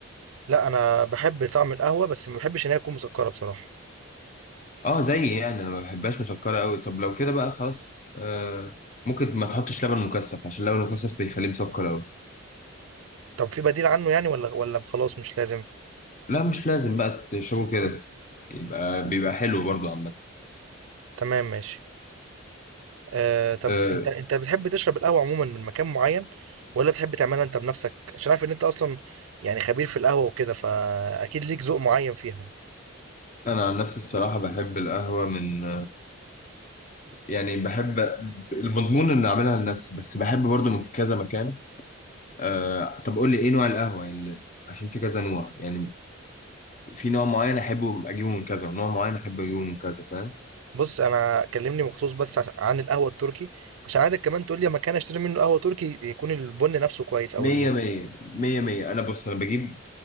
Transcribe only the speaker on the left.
اه زي يعني انا ما بحبهاش مسكرة قوي طب لو كده بقى خلاص آه ممكن ما تحطش لبن مكثف عشان اللبن المكثف بيخليه مسكر قوي
لا مش لازم بقى تشربه كده يبقى بيبقى حلو برضو عامة
أه،
أنا عن نفسي الصراحة بحب القهوة من يعني بحب المضمون إن أعملها لنفسي بس بحب برضو من كذا مكان أه، طب قول لي إيه نوع القهوة يعني عشان في كذا نوع يعني في نوع معين أحبه أجيبه من كذا ونوع معين أحب أجيبه من كذا فاهم
مية
مية مية مية أنا بص أنا بجيب